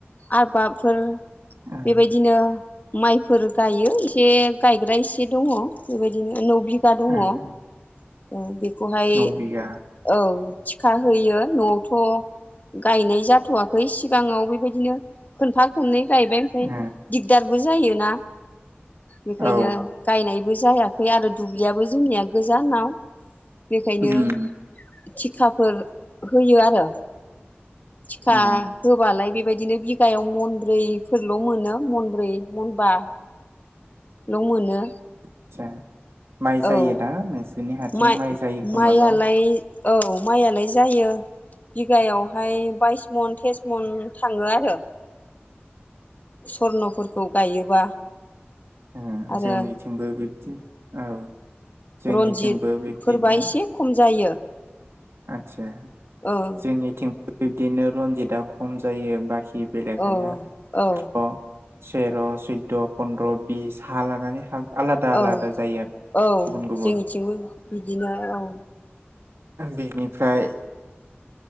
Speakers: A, on the left; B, on the right.
A: आबादफोर
B: ओं
A: बेबायदिनो माइफोर गायो एसे गायग्रा एसे दङ बेबायदिनो नौ बि गा दङ
B: ओं
A: औ बेखौहाय
B: नौ बिगा
A: ओ औ थिखा होयो न'आवथ' गायनाय जाथ'वाखै सिगाङाव बेबायदिनो खोनफा खननै गायबाय ओमफ्राय
B: ओ
A: दिगदारबो जायोना बेखायनो
B: औ
A: गायनायबो जायाखै आरो दुब्लियाबो जोंनिया गोजानाव बेखायनो
B: उम
A: थिखाफोर होयो आरो। थिखा
B: उम
A: होबालाय बेबायदि दिनो बिगायाव मनब्रैफोरल' मोनो मनब्रै मनबा ल' मोनो।
B: आदसा माइ जायो
A: औ
B: दा नोंसोरनि हाथिं
A: माइ
B: जायो खोमा
A: माइआलाय
B: न' ओ
A: औ माइआलाय जायो। बिगायावहाय बाइस मन तेस मन थाङो आरो। सर्नफोरखौ गायोबा
B: ओ
A: आरो
B: जोंनिथिंबो बिबदि औ। जोंनिथिंबो
A: रन्जित
B: बिब्दिनो
A: फोरबा एसे खम जायो
B: आदसा
A: ओं
B: जोंनिथिं बिब्दिनो रनजितआ खम जायो बाखि बेलेग
A: औ
B: हाया
A: औ
B: तेर' सैदद' पन्द्र' बिस हा लानानै हा आलादा आलादा
A: औ
B: जायो आरो
A: औ
B: गुबुन गुबुन
A: जोंनिथिंबो बिदिनो औ।
B: बेनिफ्राय